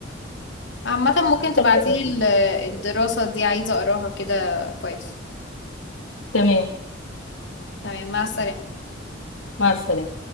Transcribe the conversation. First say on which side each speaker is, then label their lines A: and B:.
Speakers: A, on the left; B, on the left.
A: عامة ممكن
B: حسب
A: تبعتيلي
B: طبيعة البشر.
A: ال- الدراسة دي عايزة أقراها كده كويس
B: تمام
A: تمام مع السلامة
B: مع السلامة